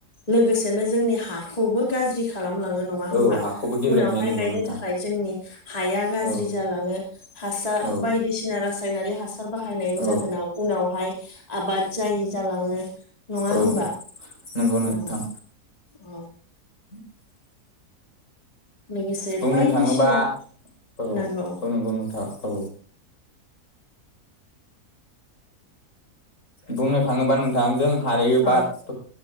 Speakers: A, on the left (about 25°); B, on the left (about 50°).
A: लोगोसेनो जोंनि हाखौबो गाज्रि खालामलाङो नङा
B: औ
A: होमबा
B: हाखौबो गेब्रेंहैयो
A: उनावहाय
B: नंगौ
A: गायनो
B: नोंथां
A: थाखाय जोंनि हाया गाज्रि
B: औ
A: जालाङो। हासार
B: औ
A: बायदिसिना रासायनारि हासार बाहायनायनि
B: औ
A: जाहोनाव उनावहाय आबाद जायो जालाङो नङा
B: औ
A: होनबा
B: नंगौ नोंथां
A: औ औ।
B: <inaudible>
A: लोगोसे
B: बुंनो
A: बायदिसिना
B: थाङोबा औ
A: नांगौ
B: औ नंगौ नंगौ‌ नोंथां। औ। बुंनो थाङोबा नोंथां जों हायोबाथ'
A: औ